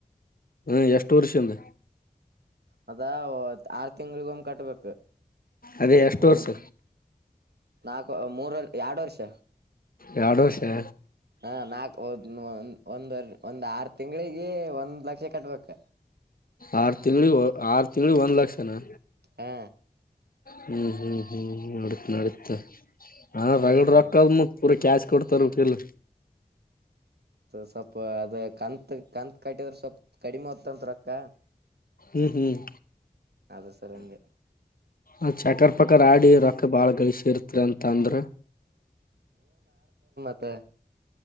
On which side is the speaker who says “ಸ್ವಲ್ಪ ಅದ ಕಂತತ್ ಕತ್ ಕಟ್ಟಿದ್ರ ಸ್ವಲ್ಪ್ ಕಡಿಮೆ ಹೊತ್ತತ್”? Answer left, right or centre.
Right